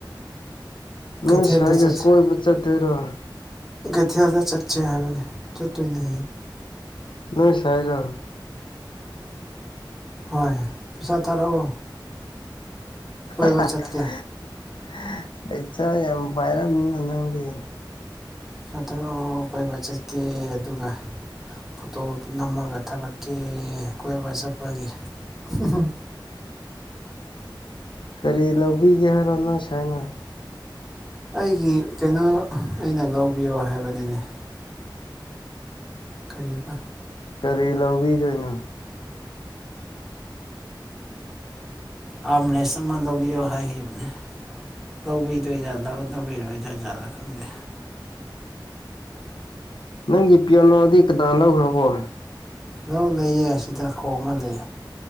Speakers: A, on the left; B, in the centre.
A: ꯅꯣꯏ
B: ꯀꯩꯊꯦꯜꯗ
A: ꯁ꯭ꯋꯥꯏꯒ
B: ꯆꯠꯁꯦ
A: ꯀꯣꯏꯕ ꯆꯠꯇꯣꯏꯔꯣ
B: ꯀꯩꯊꯦꯜꯗ ꯆꯠꯁꯦ ꯍꯥꯏꯕꯅꯤ ꯆꯠꯇꯣꯏꯅꯦ ꯍꯌꯦꯡ
A: ꯅꯣꯏ ꯁꯥꯏꯗ
B: ꯍꯣꯏ ꯄꯩꯁꯥ ꯊꯥꯔꯛꯑꯣ
A: <inaudible> <unintelligible>
B: ꯀꯣꯏꯕ ꯆꯠꯀꯦ
A: ꯄꯩꯁꯥ ꯌꯥꯝ ꯄꯥꯏꯔꯝꯅꯤꯅ ꯅꯪꯗꯤ
B: ꯆꯇ꯭ꯔꯨꯛ ꯀꯣꯏꯕ ꯆꯠꯀꯦ ꯑꯗꯨꯒ ꯐꯣꯇꯣ ꯅꯝꯃꯒ ꯊꯥꯔꯛꯀꯦ ꯀꯣꯏꯕ ꯆꯠꯄꯒꯤ ꯍꯝꯝ
A: ꯀꯔꯤ ꯂꯧꯕꯤꯒꯦ ꯍꯥꯏꯔꯣꯅꯣ ꯁꯥꯏꯅ
B: ꯑꯩꯒꯤ ꯀꯩꯅꯣ ꯑꯩꯅ ꯂꯧꯕꯤꯌꯣ ꯍꯥꯏꯕꯅꯤꯅꯦ ꯀꯔꯤꯌꯦ ꯄ
A: ꯀꯔꯤ ꯂꯧꯥꯎꯤꯖꯣꯏꯩꯅ
B: ꯑꯣ ꯑꯝꯕꯨꯂꯦꯟꯁ ꯑꯃ ꯂꯧꯕꯤꯌꯣ ꯍꯥꯏꯈꯤꯕꯅꯦ ꯂꯧꯕꯤꯗꯣꯏꯖꯥꯠ ꯂꯧꯕꯤꯔꯣꯏ ꯖꯥꯠ ꯖꯥꯠꯂ ꯈꯪꯗꯦ
A: ꯅꯪꯒꯤ ꯄꯤꯌꯥꯅꯣꯗꯤ ꯀꯗꯥ ꯂꯧꯈ꯭ꯔꯕꯣ
B: ꯂꯧ ꯂꯩꯌꯦ ꯑꯁꯤꯗ ꯈꯣꯡꯍꯜꯂꯦ